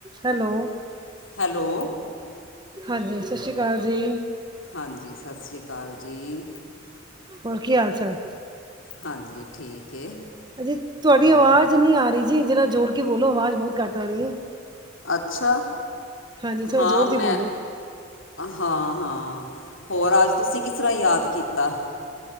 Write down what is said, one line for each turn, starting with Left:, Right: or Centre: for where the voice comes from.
Right: ਹੈਲੋ
Left: ਹੈਲੋ
Right: ਹਾਂਜੀ ਸਤਿ ਸ੍ਰੀ ਅਕਾਲ ਜੀ
Left: ਹਾਂਜੀ ਸਤਿ ਸ੍ਰੀ ਅਕਾਲ ਜੀ
Right: ਹੋਰ ਕੀ ਹਾਲ ਚਾਲ
Left: ਹਾਂਜੀ ਠੀਕ ਹੈ।
Right: ਹਾਂਜੀ ਤੁਹਾਡੀ
Left: ਹੋਰ
Right: ਆਵਾਜ਼ ਨਹੀਂ ਆ ਰਹੀ ਜੀ ਜਿਹੜਾ ਜੋਰ ਕੇ ਬੋਲੋ ਆਵਾਜ਼ ਬਹੁਤ ਘੱਟ ਆ ਰਹੀ ਹੈ।
Left: ਅੱਛਾ।
Right: ਹਾਂਜੀ ਥੋੜ੍ਹਾ
Left: ਹਾਂ
Right: ਜ਼ੋਰ
Left: ਮੈਂ
Right: ਦੀ ਬੋਲੋ
Left: ਹਾਂ ਹਾਂ ਹੋਰ ਅੱਜ ਤੁਸੀਂ ਕਿਸ ਤਰ੍ਹਾਂ ਯਾਦ ਕੀਤਾ।